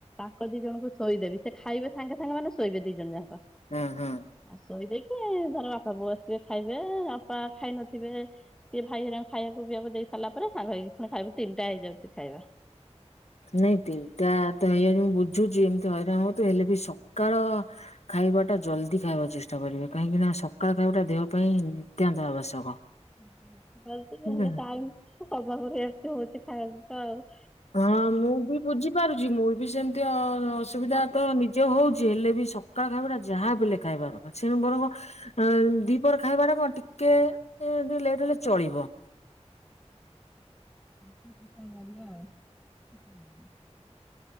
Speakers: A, in the centre; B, on the left.
A: ଙ୍କ ଦି ଜଣଙ୍କୁ ଶୋଇଦେବି ସେ ଖାଇବେ ସାଙ୍ଗ ସାଙ୍ଗେ ମାନେ ଶୋଇବେ ଦି ଜଣ ଜାକ।
B: ହଁ ହଁ।
A: ଆ ସୋଇ ଦେଇ ସଏ ଧର ବାପା ବୋଉ ଆସଥିବେ ଖାଇବେ ବାପା ଖାଇ ନଥିବେ ସିଏ ଭାଇ ଖାଇବାକୁ ପିଇବାକୁ ଦେଇ ସାରିଲା ପରେ ସାଙ୍ଗ ହୋଇକି ପୁଣି ଖାଇବ ତିନିଟା ହେଇଯାଉଛି ଖାଇବା।
B: ନାଇଁ ତିନିଟା ତ ହେଇଆଣି ମୁଁ ବୁଝୁଛି ଏମିତି ହଇରାଣ ହ ତୁ ହେଲେ ବି ସକାଳ ଖାଇବା ଟା ଜଲଦି ଖାଇବାକୁ ଚେଷ୍ଟା କରିବେ କାହିଁକି ନା ସକାଳ ଖାଇବାଟା ଦେହ ପାଇଁ ନିତ୍ୟାନ୍ତ ଆବଶ୍ୟକ।
A: ହେଲେ
B: ହେଲା
A: <unintelligible> ହଉ
B: ହଁ ମୁଁ ବି ବୁଝିପାରୁଛି ମୁଁ ବି ସେମିତି ଅସୁବିଧା
A: ହୁଁ
B: ତ ନିଜେ ହଉଛି ହେଲେ ବି ସକାଳ ଖାଇବାଟା ଯାହାବଲେ- ଖାଇବାର ଅଛି ଦିପର ଖାଇବାଟା କଣ ଟିକେ- ଏ ଟିକେ ଲେଟ ହେଲେ ଚଳିବ
A: ଚେଷ୍ଟା କରିବା ଆଉ